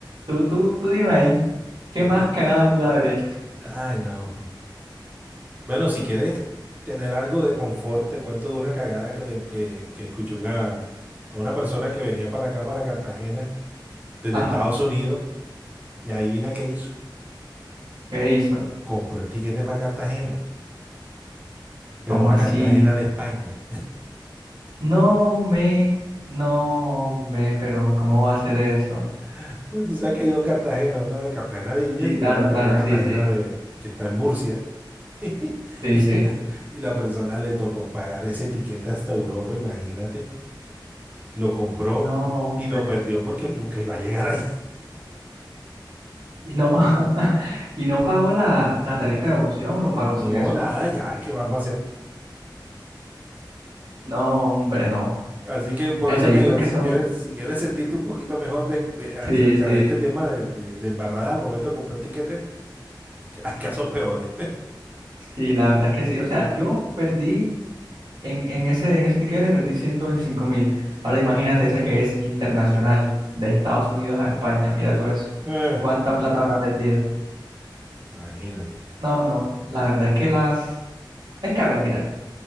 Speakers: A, on the right; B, on the right.
A: tú, tú, tú dime ahí, ¿qué
B: <laughs>
A: más cagada pude haber hecho?
B: Ay, no. Bueno, si quieres tener algo de confort, te cuento de una cagada que, le, que, que escuché una, a una persona que venía para acá, para Cartagena, desde
A: Ajá,
B: Estados Unidos, y adivina qué hizo.
A: ¿qué hizo?
B: Compró el tiquete para Cartagena, pero
A: ¿Cómo
B: para
A: así?
B: Cartagena de España.
A: No me, no hombre, pero ¿cómo va a ser eso?
B: <laughs> Porque tú sabes que hay dos Cartagenas, una de Cartagena de Indias
A: Sí,
B: y
A: claro,
B: la otra que
A: claro,
B: es la Cartagena
A: sí, sí,
B: de, que está en Murcia. <laughs>
A: sí,
B: Y
A: sí.
B: la, y la persona le tocó pagar ese tiquete hasta Europa, imagínate. Lo compró
A: No, hombre.
B: y lo perdió porque nunca iba a llegar allá. <laughs>
A: Y no, <laughs> y no pagó la, la tarifa de evolución o lo
B: No,
A: pagó sin eso.
B: nada, ya, ¿qué va a pasar?
A: No, hombre, no.
B: Así que por
A: Es verdad,
B: eso
A: y
B: te
A: esos
B: digo,
A: que
B: si
A: son.
B: quieres, si quieres sentirte un poquito mejor de, de- acerca
A: Sí, sí,
B: de este tema de, de, de embarrada al momento de comprar tiquetes, que hay casos peores.
A: sí, la verdad es que sí. O sea, yo perdí en, en ese, en ese tiquete perdí ciento veinticinco mil. Ahora imagínate ese que es internacional, de Estados Unidos a España. Mira tú eso.
B: <laughs>
A: ¿Cuánta plata habrá perdido?
B: Imagínate.
A: No, no, la verdad es que las Es que, a ver, mira,